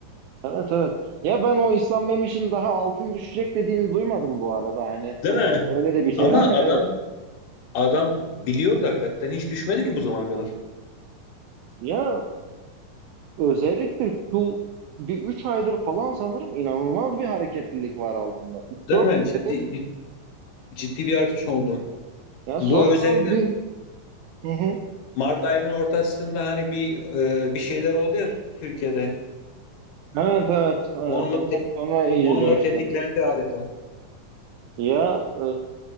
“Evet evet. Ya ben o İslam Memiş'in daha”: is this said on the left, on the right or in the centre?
Right